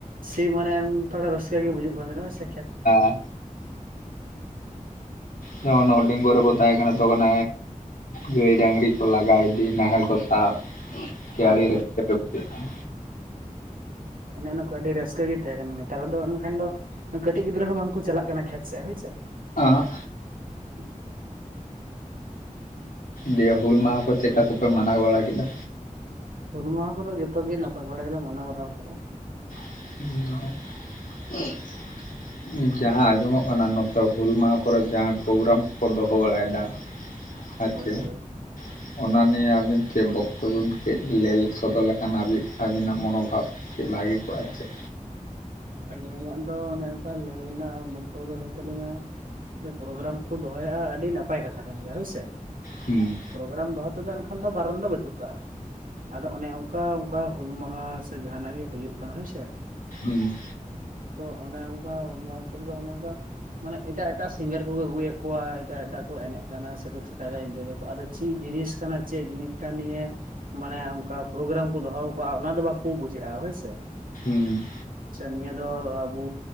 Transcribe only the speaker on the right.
ᱥᱤ ᱢᱟᱱᱮ ᱛᱷᱚᱲᱟ ᱨᱟᱹᱥᱠᱟᱹ ᱜᱮ ᱵᱩᱡᱩᱜ ᱠᱟᱱ ᱛᱮᱦᱮᱱᱟ ᱦᱳᱭᱥᱮ᱾
ᱦᱳᱭ
ᱦᱳᱭ
ᱚᱱᱮ ᱚᱱᱟ ᱠᱚ ᱟᱹᱰᱤ ᱨᱟᱹᱥᱠᱟᱹ ᱜᱮ ᱛᱟᱦᱮᱸ ᱠᱟᱱᱟ, ᱱᱮᱛᱟᱨ ᱫᱚ ᱮᱱᱠᱷᱟᱱ ᱫᱚ ᱠᱟᱹᱴᱤᱡ ᱜᱤᱫᱽᱨᱟᱹ ᱠᱚᱸ ᱵᱟᱝ ᱠᱚ ᱪᱟᱞᱟᱜ ᱠᱟᱱᱟ, ᱠᱷᱮᱛ ᱥᱮᱫ ᱦᱳᱭ ᱥᱮ᱾
<inaudible>
ᱦᱩᱞ ᱢᱟᱦᱟ ᱠᱚᱫᱚ ᱡᱚᱛᱚ ᱜᱮ ᱱᱟᱯᱟᱭ ᱵᱟᱲᱟ ᱜᱮᱞᱮ ᱢᱟᱱᱟᱣ ᱵᱟᱨᱟᱣ ᱟᱠᱟᱫᱼᱟ᱾
ᱦᱳᱭ ᱦᱳᱭ
ᱦᱳᱭ
ᱟᱹᱞᱤᱧᱟᱜ ᱫᱚ ᱚᱱᱮ ᱚᱱᱠᱟ ᱞᱟᱹᱭ ᱨᱮᱱᱟᱜ ᱵᱚᱠᱛᱚ ᱫᱚ ᱦᱩᱭᱮᱱ ᱛᱟᱹᱞᱤᱧᱟ᱾ ᱯᱨᱳᱜᱨᱟᱢ ᱠᱚ ᱫᱚᱦᱚᱭᱮᱫᱼᱟ᱾ ᱟᱹᱰᱤ ᱱᱟᱯᱟᱭ ᱠᱟᱛᱷᱟ ᱠᱟᱱ ᱜᱮᱭᱟ ᱦᱳᱭ ᱥᱮ?
ᱯᱨᱳᱜᱨᱟᱢ ᱫᱚᱦᱚ ᱛᱮᱫᱚ ᱮᱱᱠᱷᱟᱱ ᱫᱚ ᱵᱟᱨᱚᱱ ᱫᱚ ᱵᱟᱹᱪᱩᱜ ᱠᱟᱜᱼᱟ? ᱟᱫᱚ ᱚᱱᱮ ᱚᱱᱠᱟ ᱚᱱᱠᱟ ᱦᱩᱞ ᱢᱟᱦᱟ ᱥᱮ ᱡᱟᱦᱟᱱᱟᱜ ᱜᱮ ᱦᱩᱭᱩᱜ ᱠᱟᱱᱟ ᱦᱳᱭ ᱥᱮ
ᱛᱚ ᱚᱱᱮ ᱚᱱᱠᱟ ᱦᱩᱞ ᱢᱟᱦᱟ ᱠᱚᱫᱚ ᱚᱱᱮ ᱚᱱᱠᱟ ᱢᱟᱱᱮ ᱮᱴᱟᱜ ᱮᱴᱟᱜ ᱥᱤᱝᱜᱟᱨ ᱠᱚᱠᱚ ᱟᱹᱜᱩᱭᱮᱫ ᱠᱚᱣᱟ᱾ ᱮᱴᱟᱜ ᱮᱴᱟᱜ ᱠᱚ ᱮᱱᱮᱡ ᱠᱟᱱᱟ ᱥᱮᱠᱚ ᱪᱤᱠᱟᱭ ᱮᱫᱟ ᱤᱱᱤᱫᱟᱹᱭ ᱫᱚᱠᱚ ᱟᱫᱚ ᱪᱮᱫ ᱡᱤᱱᱤᱥ ᱠᱟᱱᱟ ᱪᱮᱫ ᱡᱤᱱᱤᱥ ᱴᱟᱱ ᱱᱤᱭᱟᱹ ᱢᱟᱱᱮ ᱚᱱᱠᱟ ᱯᱨᱚᱜᱨᱟᱢ ᱠᱚ ᱫᱚᱦᱚ ᱟᱠᱟᱜᱼᱟ, ᱚᱱᱟ ᱫᱚ ᱵᱟᱠᱚ ᱵᱩᱡᱮᱜᱼᱟ? ᱦᱳᱭᱥᱮ᱾
ᱥᱮ ᱱᱤᱭᱟᱹ ᱫᱚ ᱟᱵᱩ